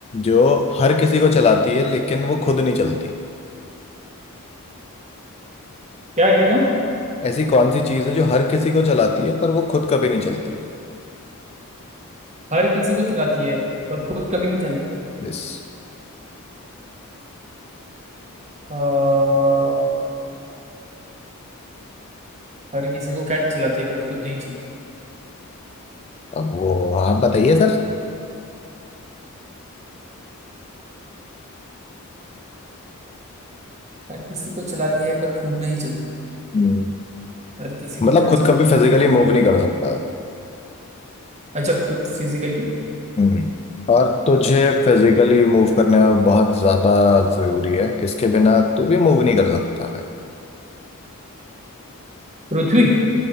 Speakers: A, on the left; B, on the right.
A: जो हर किसी को चलाती है लेकिन वो खुद नहीं चलती
B: क्या क्या क्या
A: ऐसी कौन सी चीज है जो हर किसी को चलाती है पर वो खुद कभी नहीं चलती
B: हर किसी को चलाती है पर खुद कभी नहीं चलती
A: यस
B: अह हर किसी को क्या चलाती है पर खुद नहीं चलती
A: अब वो आप बताइए सर
B: हर किसी को चलाती है पर खुद नहीं चलती
A: हम्म।
B: हर किसी को
A: मतलब
B: क्या
A: खुद
B: चलाता
A: कभी
B: है
A: फिजिकली
B: पर खुद नहीं
A: मूव नहीं कर सकता
B: अच्छा खुद फिजिकली
A: हम्म। और तुझे फिजिकली मूव करने में बहुत ज्यादा जरूरी है इसके बिना तू भी मूव नहीं कर सकता भाई
B: पृथ्वी